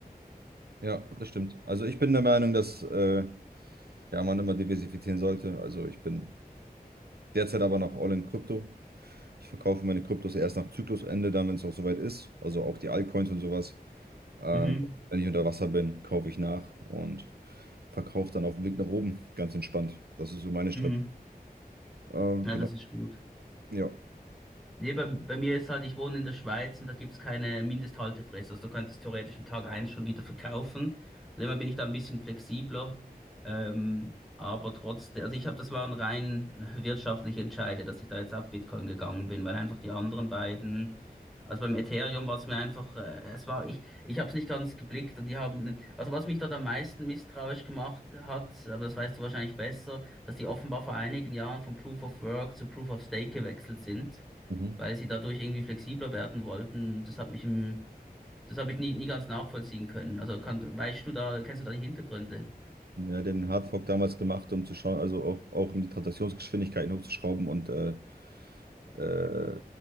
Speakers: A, on the right; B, in the centre.
A: Ja, das stimmt. Also ich bin der Meinung, dass äh, ja, man immer diversifizieren sollte. Also ich bin Derzeit aber noch all in Krypto. Ich verkaufe meine Kryptos erst nach Zyklusende, dann, wenn es auch soweit ist. Also auch die Altcoins und sowas. Ähm,
B: Mhm.
A: wenn ich unter Wasser bin, kaufe ich nach und verkaufe dann auf dem Weg nach oben. Ganz entspannt. Das ist so meine
B: Mhm.
A: Strategie. Ähm,
B: Ja,
A: genau.
B: das ist gut.
A: Ja.
B: Nee, bei, bei mir ist halt, ich wohne in der Schweiz und da gibt's keine Mindesthaltefrist. Also du könntest theoretisch am Tag eins schon wieder verkaufen. Und immer bin ich da ein bisschen flexibler. Ähm, aber trotzdem, also ich habe, das waren rein wirtschaftliche Entscheide, dass ich da jetzt auf Bitcoin gegangen bin, weil einfach die anderen beiden, also beim Ethereum war es mir einfach, äh, es war, ich, ich habe es nicht ganz geblickt und die haben, nicht- also was mich dort am meisten misstrauisch gemacht hat, aber das weißt du wahrscheinlich besser, dass die offenbar vor einigen Jahren von Proof of Work zu Proof of Stake gewechselt sind
A: Mhm.
B: weil sie dadurch irgendwie flexibler werden wollten. Das hat mich im, das habe ich nie, nie ganz nachvollziehen können. Also kann, weißt du da, kennst du da die Hintergründe?
A: Ja, den Hardfork damals gemacht, um zu schauen, also auch, auch um die Transaktionsgeschwindigkeiten hochzuschrauben und äh, äh,